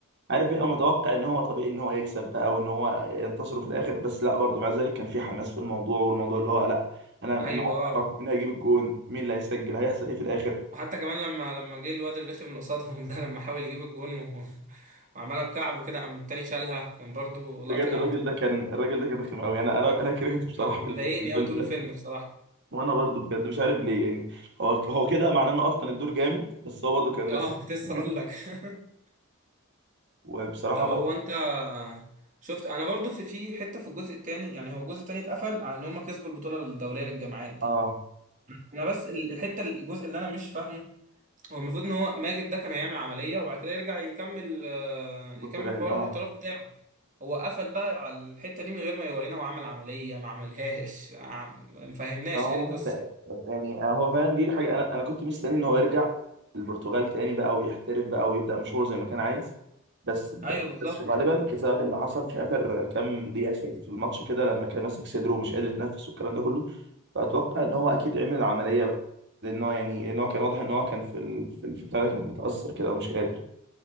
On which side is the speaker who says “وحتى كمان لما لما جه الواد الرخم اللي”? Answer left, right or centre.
Right